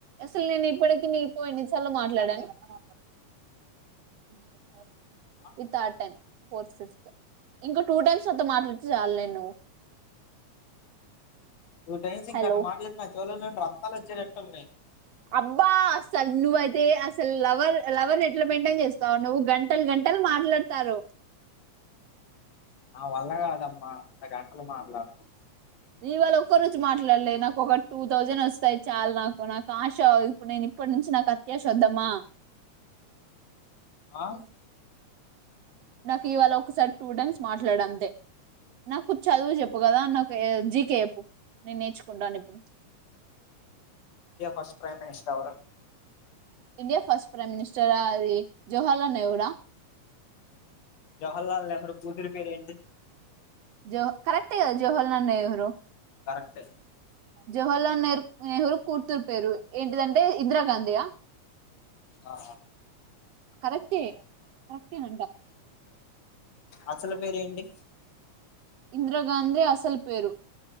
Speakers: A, on the right; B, on the left.
A: అసలు నేను ఇప్పటికి నీకు ఎన్నిసార్లు మాట్లాడడం మాట్లాడం <unintelligible>
B: ఆ
A: ఈతాటన్ ఫోర్త్ ఫిఫ్త్ ఇంకో టూ టైమ్స్ నాతో మాట్లాడితే చయాలి నేను
B: నువ టైమ్ సింగ్
A: హలో
B: కట్లే నా చెవిలోన రతాలచ్చక్టన్నాయి
A: అబ్బా అసలు నువ్వయితే అసలు లవర్ లవర్ ఎట్లా మెయింటైన్ చేస్తావు నువ్వు గంటలు గంటలు మాట్లాడతారు
B: ఆ వల్లగాదమ్మా అంత గంటలు మాట్లాడుతురు
A: ఇవాళ ఒక్క రోజు మాట్లాడ నాకు ఒక టూ థౌజండ్ వస్తాయి చాలా నాకు ఆశా ఇప్పుడు నేను ఇప్పడు నుంచి నాకు అత్య వద్దమ్మా
B: ఆస్
A: నాకు ఇవాళ ఒకసారి టూ టైమ్స్ మాట్లాడ అంతే నాకు చదువు చెప్పు కదా అ నాకు జీకే చెప్పు నేను నేర్చుకుంటాను ఇప్పుడు
B: ఇండియా ఫస్ట్ ప్రైమ్ మినిస్టర్ ఎవరు
A: ఇండియా ఫస్ట్ ప్రైమ్ మినిస్టర్ ఆది జవహర్లాల్ నెహ్రూ
B: జవహర్లాల్ నెహ్రూ కూతురి పేరు ఏంటి
A: జోహ కరెక్ట్ కదా జవహర్లాల్ నెహ్రూ
B: కరెక్ట్
A: జవహర్లాల్ నెహ్రూ నెహ్రూ కూర్తురు పేరు ఏంటిదంటే ఇందిరాగాంధీయా
B: ఆ
A: కరెక్టే కరెక్టేనంట
B: అసల పేరేంటి
A: ఇందిరాగాంధీ అసలు పేరు